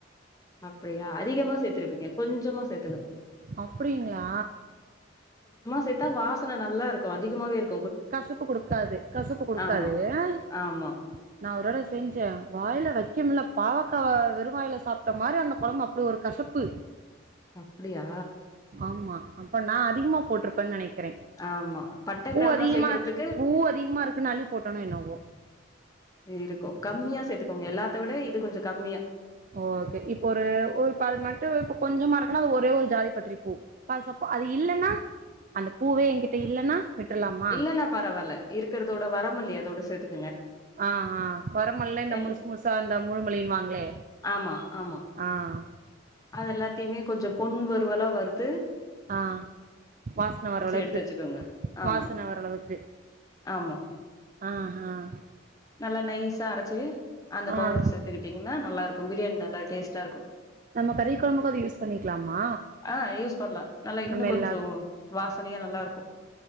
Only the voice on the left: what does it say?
அப்படியா அதிகமா சேர்த்திருப்பீங்க கொஞ்சமா சேத்துகனு
சேதா வாசன நல்லா இருக்கும் அதிகமாவே இருக்கும்
ஆமா
ஆமா
அப்படியா
ஆமா பட்ட
கிராம்லா
சேக்கறதுக்கு
இருக்கும் கம்மியா சேர்த்துக்கோங்க எல்லாத்த விட இது கொஞ்சம் கம்மியா
இல்லன்னா பரவாயில்ல இருக்கறதோட வர மல்லி அதோட சேர்த்துக்
எல்
ஆமா ஆமா
அது எல்லாத்தையுமே கொஞ்சம் பொன் வருவலா வருத்து
எடுத்து வச்சுக்கோங்க ஆமா
ஆமா
நல்லா நைஸா அரைச்சு அந்த
பவுடரு சேர்த்துக்கிட்டீங்கன்னா நல்லா இருக்கும் பிரியாணி நல்லா டேஸ்ட்டா இருக்கும்
ஆஹ் யூஸ் பண்ணலாம் நல்லா இன்னும்
கொஞ்சம்
வாசனையா நல்லா இருக்கும்